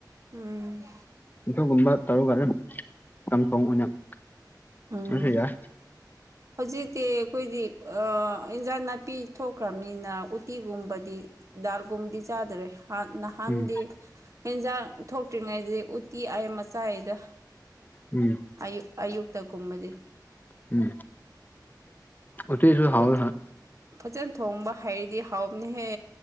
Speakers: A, on the right; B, on the left.
A: ꯎꯝ
B: ꯑꯗꯨꯒꯨꯝꯕ ꯇꯧꯔꯒ ꯑꯗꯨꯝ ꯁꯟ ꯊꯣꯡꯕꯅꯦ ꯑꯗꯨꯁꯨ
A: ꯎꯝ
B: ꯌꯥꯏ
A: <inaudible> ꯍꯧꯖꯤꯛꯇꯤ ꯑꯩꯈꯣꯏꯗꯤ ꯑ ꯏꯟꯖꯥꯡ ꯅꯥꯄꯤ ꯊꯣꯛꯈ꯭ꯔꯃꯤꯅ ꯎꯇꯤꯒꯨꯝꯕꯗꯤ ꯗꯥꯜꯒꯨꯝꯗꯤ ꯆꯥꯗ꯭ꯔꯦ ꯅꯍꯥꯟꯗꯤ
B: ꯎꯝ
A: ꯍꯦꯟꯖꯥꯡ ꯊꯣꯛꯇ꯭ꯔꯤꯉꯩꯗ ꯎꯇꯤ ꯑꯥꯏꯌꯝꯕ ꯆꯥꯥꯏꯗ
B: ꯎꯝ
A: ꯑꯌꯨꯛ ꯑꯌꯨꯛꯇꯒꯨꯝꯕꯗꯤ
B: ꯎꯝ ꯎꯊꯣꯏꯁꯨ ꯍꯥꯎꯏ
A: ꯎꯇꯤ
B: ꯍꯥꯎ
A: ꯐꯖꯅ ꯊꯣꯡꯕ ꯍꯩꯔꯗꯤ ꯍꯥꯎꯕꯅꯤꯍꯦ